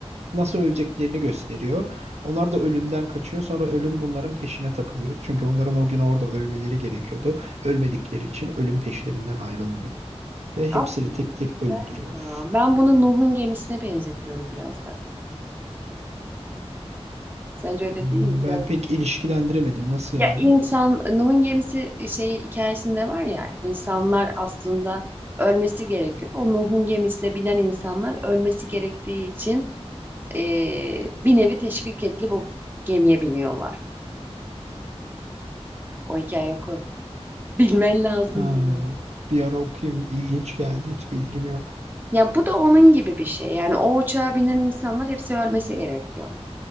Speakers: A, on the right; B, on the right.
A: nasıl öleceklerini gösteriyor. Onlar da ölümden kaçıyor. Sonra ölüm bunların peşine takılıyor. Çünkü onların o gün orada ölmeleri gerekiyordu. Ölmedikleri için ölüm peşlerinden ayrılmıyor ve hepsini
B: Aslında
A: tek tek
B: güzel
A: öldürüyor.
B: ya. Ben bunu Nuh'un gemisine benzetiyorum biraz da. Sence öyle
A: Hmm,
B: değil mi? Biraz
A: Ben pek ilişkilendiremedim. Nasıl
B: ya
A: yani?
B: insan Nuh'un gemisi e, şey hikayesinde var ya insanlar aslında ölmesi gerekiyor. O Nuh'un gemisine binen insanlar ölmesi gerektiği için eee, bir nevi teşvik etli bu gemiye biniyorlar. O hikaye oku. Bilmen lazım
A: Ha,
B: bunu.
A: bir ara okuyayım. İlginç geldi. Hiç bilgim yok.
B: Ya bu da onun gibi bir şey. Yani o uçağa binen insanlar hepsi ölmesi gerekiyor.